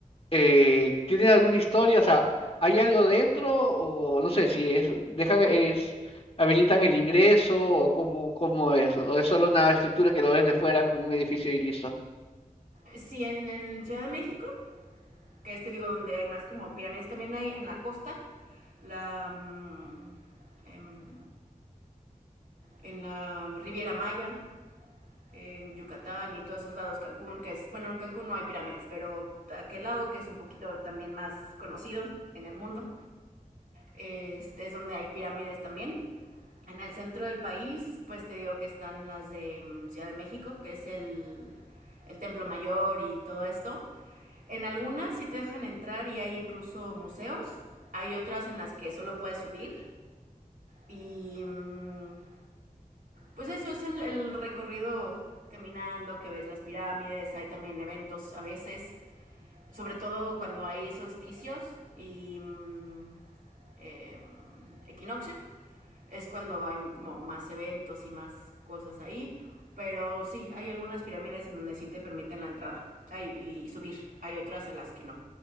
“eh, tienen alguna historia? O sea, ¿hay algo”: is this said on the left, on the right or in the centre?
Left